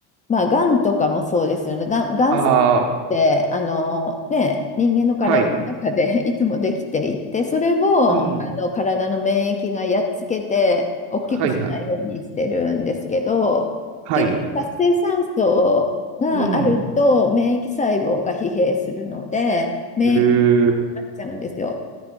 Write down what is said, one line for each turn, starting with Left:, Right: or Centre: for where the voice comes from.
Left: まあ、がんとかもそうですよね。がん、がん細胞って、
Right: ああ、
Left: あの、ね、人間の体の中で
Right: はい。
Left: <laughs> いつもできていて、それを、
Right: うん。
Left: あの、体の免疫がやっつけて、大きくしないようにしてるんですけど、
Right: はいはい。はい。
Left: 結局、活性酸素があると、
Right: うん。
Left: 免疫細胞が疲弊するので、免疫に
Right: えー、
Left: なっちゃうんですよ。